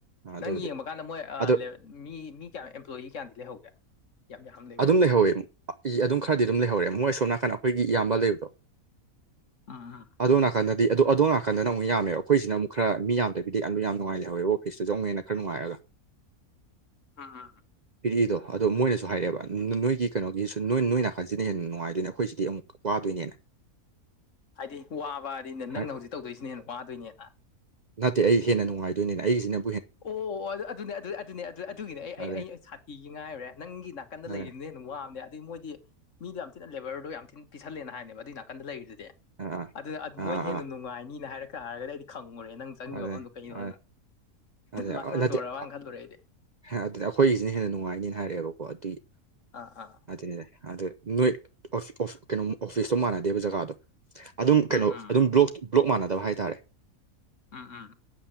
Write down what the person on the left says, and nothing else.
ꯅꯪ ꯌꯦꯡꯕ ꯀꯥꯟꯗ ꯃꯣꯏ
ꯃꯤ ꯃꯤ ꯀꯌꯥꯝ ꯏꯝꯄ꯭ꯂꯣꯌꯤ ꯀꯌꯥꯝꯗꯤ ꯂꯩꯍꯧꯒꯦ ꯌꯥꯝ ꯌꯥꯝ ꯂꯩꯕ꯭ꯔꯣ
ꯎꯨꯝ ꯎꯨꯝ
ꯎꯨꯝ ꯎꯨꯝ
ꯍꯥꯏꯗꯤ ꯋꯥꯕ ꯍꯥꯏꯗꯤ
ꯅꯪꯅ ꯍꯧꯖꯤꯛ ꯇꯧꯗꯣꯏꯁꯤꯅꯦꯅ ꯋꯥꯗꯣꯏꯅꯦꯅ
ꯑꯣ ꯑꯣ ꯑꯣ ꯑꯗꯨ ꯑꯗꯨꯅꯦ ꯑꯗꯨ ꯑꯗꯨꯅꯦ ꯑꯗꯨ ꯑꯗꯨꯒꯤꯅꯦ ꯑꯩ ꯑꯩ
ꯑꯩ ꯁꯥꯊꯤꯒꯤ ꯉꯥꯏꯔꯨꯔꯦ ꯅꯪꯒꯤ ꯅꯥꯀꯟꯗ
ꯂꯩꯔꯤꯅꯤꯅꯦ ꯑꯗꯨꯝ ꯋꯥꯕ ꯑꯗꯒꯤ ꯃꯣꯏꯗꯤ ꯃꯤꯣ ꯌꯥꯝ ꯊꯤꯅ ꯂꯦꯕꯔꯗꯣ ꯌꯥꯝ ꯊꯤꯅ ꯄꯤꯁꯜꯂꯦꯅ ꯍꯥꯏꯅꯦꯕ ꯑꯗꯨꯒꯤ ꯅꯥꯀꯟꯗ ꯂꯩꯔꯤ
ꯑꯗꯨ
ꯃꯣꯏꯅ ꯍꯦꯟꯅ
ꯅꯨꯡꯉꯥꯏꯅꯤꯅ ꯍꯥꯏꯔꯛꯀ ꯍꯥꯏꯔꯒꯗꯤ ꯑꯩꯗꯤ ꯈꯪꯉꯨꯔꯦ ꯅꯪ ꯆꯪꯉꯤꯕ
ꯃꯐꯝꯗꯨꯣ ꯀꯩꯅꯣꯅ
ꯂꯥꯛꯅꯖꯣꯔꯔꯕꯅ
ꯈꯜꯂꯨꯔꯦ ꯑꯩꯗꯤ
ꯑꯥ ꯑꯥ
ꯎꯝ ꯎꯝ
ꯎꯝ ꯎꯝ